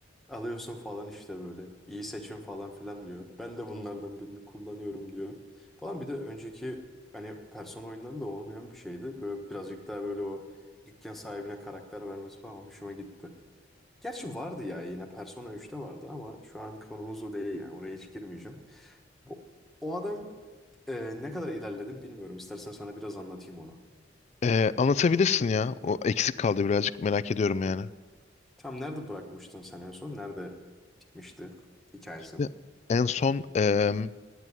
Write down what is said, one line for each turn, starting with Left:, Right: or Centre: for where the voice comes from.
Centre: Alıyorsun falan işte böyle. İyi seçim falan filan diyor. Ben de bunlardan birini kullanıyorum diyor. Falan bir de önceki hani Persona oyunlarında olmayan bir şeydi. Böyle birazcık daha böyle o dükkan sahibine karakter vermesi falan hoşuma gitti. Gerçi vardı ya yine Persona 3'te vardı ama şu an konumuz o değil yani oraya hiç girmeyeceğim. Bu, o adam e, ne kadar ilerledin bilmiyorum. İstersen sana biraz anlatayım onu.
Left: Ee, anlatabilirsin ya. O eksik kaldı birazcık merak ediyorum yani.
Centre: Tam nerede bırakmıştın sen en son? Nerede bitmişti hikayesi?
Left: Ya, En son eee,